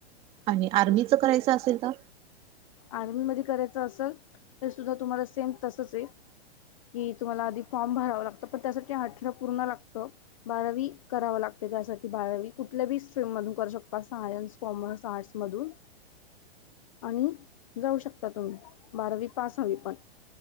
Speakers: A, on the right; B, on the left.
A: आणि आर्मीच करायचं असेल तर
B: आर्मीध्ये करायच असेल तरी सुद्धा तुम्हांला सेम तसच आहे. कि तुम्हाला आधी फॉर्म भरावं लागतं पण त्यासाठी अठरा पूर्ण लागतं. बारावी कराव लागते त्यासाठी बारावी कुठल्या बी स्ट्रीम मधून करू शकता सायन्स कॉमर्स, आर्ट्समधून आणि जाऊ शकता तुम्ही बारावी पास हवी पण